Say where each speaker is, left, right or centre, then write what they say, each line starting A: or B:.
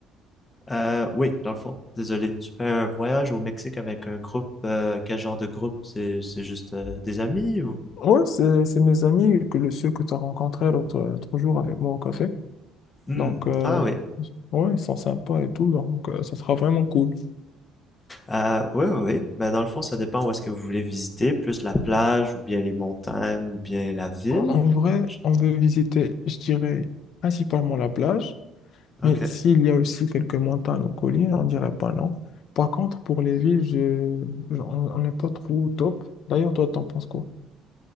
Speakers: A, on the left; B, on the left.
A: Euh, oui, dans le fond, désolé. Tu fais un voyage au Mexique avec un groupe. euh, quel genre de groupe? C'est c'est juste euh, des amis ou?
B: Ouais, c'est c'est mes amis, que le- ceux que tu as rencontrés l'autre l'autre jour avec moi au café.
A: Hmm.
B: Donc, euh,
A: Ah oui.
B: ouais, ils sont sympas et tout, donc euh, ça sera vraiment cool.
A: Euh, oui, oui, oui. Ben, dans le fond, ça dépend où est-ce que vous voulez visiter, plus la plage ou bien les montagnes ou bien la ville.
B: En, en vrai,
A: J-
B: on veut visiter, je dirais, principalement la plage,
A: Ok.
B: mais s'il y a aussi quelques montagnes ou collines, on dirait pas non. Par contre, pour les villes, je, je- on on n'est pas trop au top. D'ailleurs, toi, t'en penses quoi?